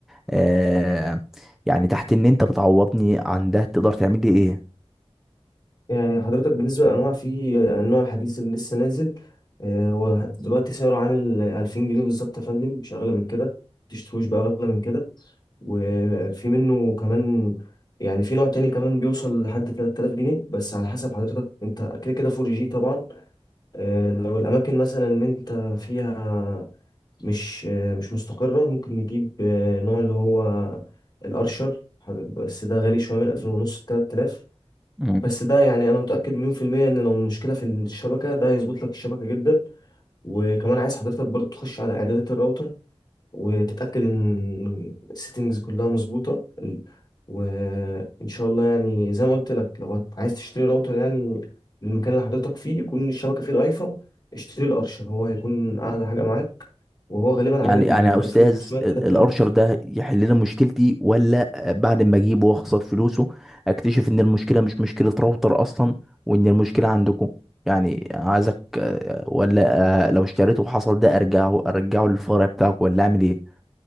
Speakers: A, in the centre; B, on the left.
A: آه، يعني تحت ان انت بتعوضني عن ده تقدر تعمل لي
B: يعني حضرتك بالنسبة للأنواع في النوع الحديث اللي لسه نازل آه، هو دلوقتي سعره عامل 2000 جنيه بالظبط يا فندم مش أغلى من كده متشتروش بأغلى من كده وفي منه كمان يعني في نوع تاني كمان بيوصل لحد 3000 جنيه بس على حسب حضرتك انت كده كده 4 جي طبعا آه، لو الأماكن مثلا اللي انت فيها مش آه، مش مستقرة ممكن نجيب آه، نوع اللي هو الأرشر حضرتك- بس ده غالي شوية من 2500 ونص لتلات آلاف.
A: ايه
B: بس ده يعني انا متاكد مليون في الميه ان لو المشكله في الشبكه ده هيظبط لك الشبكه جدا وكمان عايز حضرتك برضو تخش على اعدادات الراوتر وتتاكد ان السيتنجز كلها مظبوطه وان شاء الله يعني زي ما قلت لك لو هت- عايز تشتري راوتر يعني للمكان اللي حضرتك فيه يكون الشبكه فيه ضعيفه اشتري الارشر هو هيكون اعلى حاجه معاك وهو غالبا
A: يعني
B: عامل
A: يعني
B: من
A: يا
B: 2500
A: استاذ
B: ل
A: ال-
B: 3000
A: الارشر ده يحل لنا مشكلتي ولا بعد ما اجيبه واخسر فلوسه اكتشف ان المشكله مش مشكله راوتر اصلا وان المشكله عندكم يعني عايزك آه، ولا آه، لو اشتريته وحصل ده ارجعه ارجعه للفرع بتاعك ولا اعمل ايه